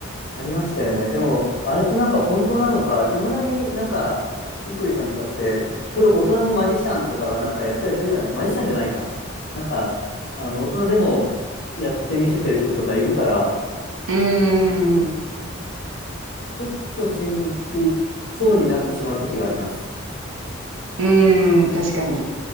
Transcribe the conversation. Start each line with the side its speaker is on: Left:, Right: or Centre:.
Left: やりましたよね。でも、あれってなんか本当なのか、いまだになんか、こっくりさんとかって、プロ、大人のマジシャンとかがなんかやったりするじゃない、マジシャンじゃないか。なんか、あの、大人でもやってみせてる人とかいるから、
Right: うーん、う
Left: ちょっと信じそうになってしまう時があります。
Right: ーん、確かに。